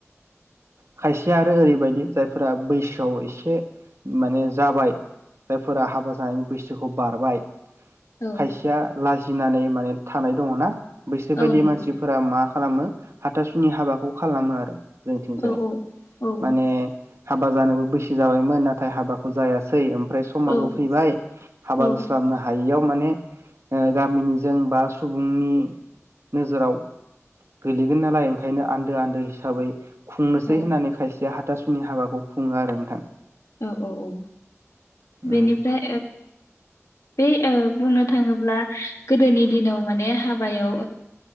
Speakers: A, on the right (about 60°); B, on the left (about 70°).
A: खायसे आरो ओरैबायदि जायफोरा बैसोआव एसे माने जाबाय जायफोरा हाबा जानायनि बैसोखौ बारबाय
B: औ
A: खायसेया लाजि गिनानै माने थानाय दङ ना बैसोर बायदि
B: औ नंगौ
A: मानसिफोरा मा खालामो हा ताथासुनि हाबाखौ खालामो आरो जोंथिंजाय
B: औ औ
A: माने हाबा जानोबो बैसि जाबायमोन ना नाथाय हाबाखौ जायासै ओमफ्राय समाबो
B: औ
A: फैबाय हाबा
B: औ
A: जास्लाबनो हायियाव माने गामिनिजों बा सुबुंनि नोजोराव गोलैगोन नालाय ओंखायनो आन्दो आन्दो हिसाबै खुंनोसै
B: औ
A: होननानै खायसेया हा तासुनि हाबाखौ खुङो आरो नोंथां
B: औ औ औ बेनिफ्राय
A: उम
B: बे बुंनो थाङोब्ला गोदोनि दिनाव माने हाबायाव